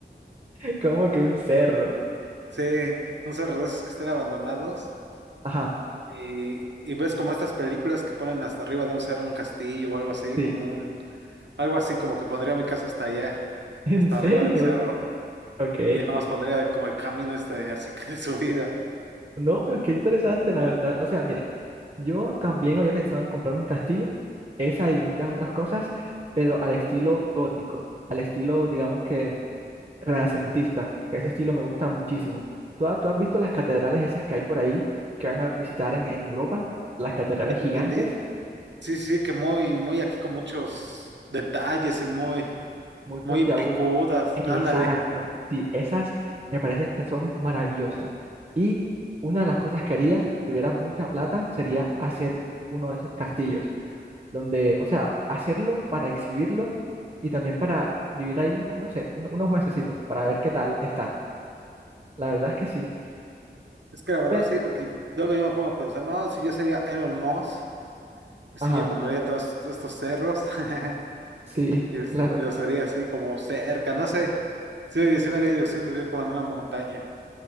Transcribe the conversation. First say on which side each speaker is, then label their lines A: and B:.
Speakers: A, on the right; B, on the right.
A: <laughs> Como que un cerro.
B: Sí, un cerro de esos que estén abandonados.
A: Ajá,
B: Y, y ves como estas películas que ponen hasta arriba de un cerro un castillo o algo así,
A: sí.
B: como un, algo así como que pondría mi casa hasta allá,
A: <laughs> ¿En
B: hasta
A: serio?
B: arriba del cerro,
A: Ok.
B: y ya nomás pondría como el camino este, así que de subida.
A: No, pero es que interesante, la verdad. O sea, mira, yo también había pensado en comprar un castillo, esa y muchas otras cosas, pero al estilo gótico, al estilo, digamos que renacentista, que ese estilo me gusta muchísimo. ¿Tú, ha- tú has visto las catedrales esas que hay por ahí que van a visitar en, en Europa? Las catedrales
B: Ya
A: gigantes,
B: te entendí. Sí, sí, que muy, muy aquí con muchos detalles y muy,
A: muy puntiagudos.
B: muy picudas.
A: Exacto.
B: Ándale.
A: Sí, esas me parecen que son maravillosas. Y una de las cosas que haría, tuviera mucha plata, sería hacer uno de esos castillos, donde, o sea, hacerlo para exhibirlo y también para vivir ahí, no sé, un- unos mesecitos para ver qué tal está. La verdad es que sí.
B: Es que la verdad
A: Pero,
B: sí, porque luego yo me pongo a pensar, no, si yo sería Elon Musk, pues
A: ajá,
B: sí, yo compraría todos estos cerros. <laughs>
A: sí,
B: y los,
A: claro.
B: y los haría así como cerca, no sé. Sí, sí me haría ilusión vivir como en una montaña.